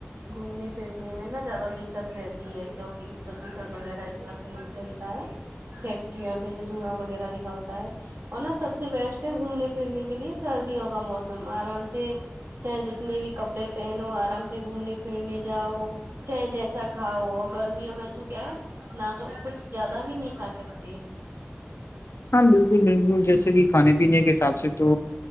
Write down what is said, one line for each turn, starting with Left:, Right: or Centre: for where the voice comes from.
Right: گھومنے پھرنے میں نا زیادہ دقت رہتی ہے کیونکہ پردوشن وغیرہ اتنا کھیلتا ہے فیکٹریوں سے جو دھواں وغیرہ نکلتا ہے اور نہ سب سب سے بیسٹ ہے گھومنے پھرنے کے لیے سردیوں کا موسم آرام سے چاہے جتنے بھی کپڑے پہنو آرام سے گھومنے پھرنے جاؤ چاہے جیسا کھاؤ گرمیوں میں تو کیا ہے نہ تو کچھ زیادہ بھی نہیں کھا سکتے
Left: ہاں بلکل بلکل جیسے کہ کھانے پینے کے حساب سے تو